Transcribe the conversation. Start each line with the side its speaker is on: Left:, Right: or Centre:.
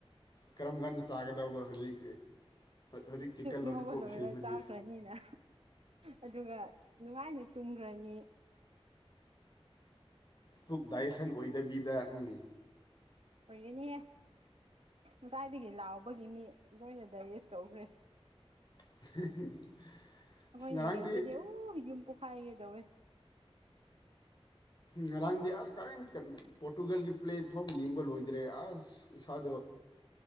Left: ꯀꯔꯝ ꯀꯥꯟꯗ ꯆꯥꯒꯗꯕ ꯍꯧꯖꯤꯛ ꯍꯧꯖꯤꯛ ꯆꯤꯛꯀꯟ ꯂꯣꯂꯤꯄꯣꯞ
Right: ꯉꯧꯕ ꯂꯣꯏꯔ
Left: ꯁꯦꯝꯃꯗꯤ
Right: ꯆꯥꯈ꯭ꯔꯅꯤꯅ ꯑꯗꯨꯒ ꯅꯨꯡꯉꯥꯏꯅ ꯇꯨꯝꯒ꯭ꯔꯅꯤ
Left: ꯄꯨꯛ ꯗꯥꯏꯌꯦꯁꯟ ꯑꯣꯏꯗꯕꯤꯗ ꯎꯝ
Right: ꯑꯣꯏꯌꯦꯅꯦ ꯉꯥꯁꯥꯏꯗꯒꯤ ꯂꯧꯕꯒꯤ ꯃꯤ ꯂꯣꯏꯅ ꯗꯥꯏꯖꯦꯁ ꯇꯧꯈ꯭ꯔꯦ
Left: <unintelligible>
Right: ꯑꯩꯈꯣꯏꯅ
Left: ꯉꯔꯥꯡꯗꯤ
Right: ꯌꯦꯡꯕꯗꯤ ꯑꯣ ꯌꯨꯝ ꯄꯣꯛꯈꯥꯏꯒꯦ ꯗꯧꯋꯦ
Left: ꯉꯔꯥꯡꯗꯤ ꯑꯁ ꯀꯔꯤꯝꯇ ꯄꯣꯔꯇꯨꯒꯜꯒꯤ ꯄꯦꯜ ꯐꯥꯎꯕ ꯌꯦꯡꯕ ꯂꯣꯏꯗ꯭ꯔꯦ ꯑꯁ ꯏꯁꯥꯗꯣ